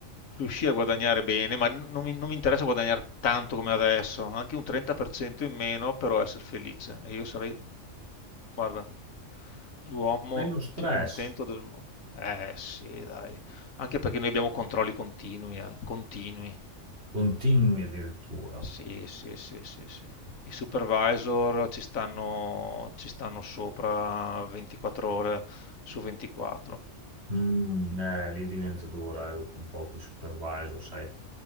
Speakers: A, on the left; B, on the right.
A: riuscire a guadagnare bene, ma n- non mi, non mi interessa guadagnare tanto come adesso, anche un 30% in meno, però essere felice. E io sarei, guarda, l'uomo
B: Meno stress,
A: più contento del mondo. Eh sì, dai. Anche perché noi abbiamo controlli continui, eh, continui.
B: continui addirittura.
A: Sì, sì, sì, sì, sì. I supervisor ci stanno, ci stanno sopra 24 ore su 24,
B: Mm, eh, lì diventa dura eh, dopo un po' che supervisor, sai,